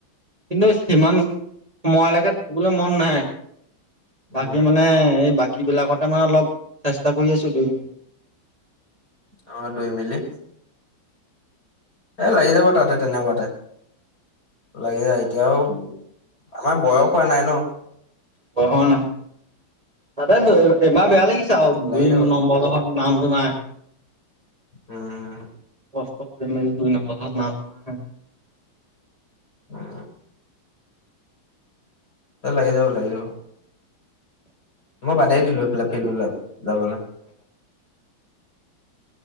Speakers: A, on the right; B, on the left.
A: কিন্তু সিমান সময়লৈকে থাকিবলৈ মন নাই।
B: উম,
A: বাকী মানে, এই বাকী বাকীবিলাকতে মানে অলপ, চেষ্টা কৰি আছো ধুই মেলি।
B: অ' ধুই মেলি এ লাগি যাব তাতে তেনেকুৱাতে, লাগি যায়। তেওঁ আমাৰ বয়স হোৱা নাই ন
A: ক শ ন <inaudible> তাতে এবাৰ বেয়া লাগিছো আৰু
B: লাগি
A: দুই
B: যাব
A: নম্বৰ জখত নাম ন
B: উম।
A: কষ্ট কৰি ম দুই নম্বৰ ন ল
B: উ। এ লাই য লাই যও <inaudible> মই বাদেই দিলো সেইফালে ফিল্ড যাবলৈ